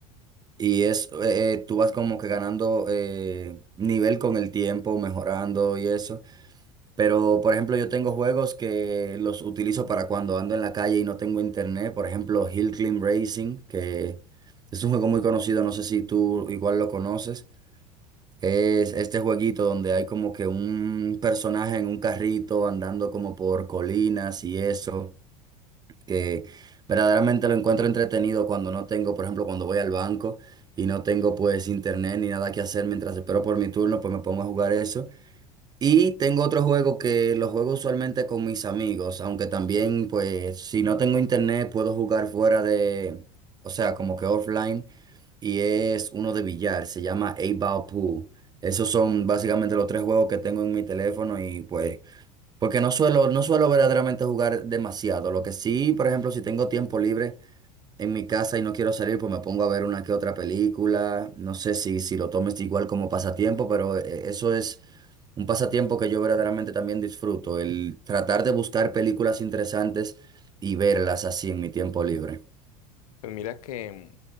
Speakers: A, on the right (about 20°); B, on the left (about 75°).
A: Y es, eh, eh, tú vas como que ganando eh, nivel con el tiempo, mejorando y eso. Pero, por ejemplo, yo tengo juegos que los utilizo para cuando ando en la calle y no tengo internet. Por ejemplo, Hill Climb Racing, que es un juego muy conocido, no sé si tú igual lo conoces. Es este jueguito donde hay como que un personaje en un carrito andando como por colinas y eso que verdaderamente lo encuentro entretenido cuando no tengo, por ejemplo, cuando voy al banco y no tengo pues internet ni nada que hacer mientras espero por mi turno, pues me pongo a jugar eso. Y tengo otro juego que lo juego usualmente con mis amigos, aunque también pues si no tengo internet puedo jugar fuera de, o sea, como que offline y es uno de billar, se llama eight Ball Pool. Esos son básicamente los tres juegos que tengo en mi teléfono y pues porque no suelo, no suelo verdaderamente jugar demasiado. Lo que sí, por ejemplo, si tengo tiempo libre en mi casa y no quiero salir, pues me pongo a ver una que otra película. No sé si, si lo tomes igual como pasatiempo, pero eh, eso es un pasatiempo que yo verdaderamente también disfruto, el tratar de buscar películas interesantes y verlas así en mi tiempo libre.
B: Pues mira que,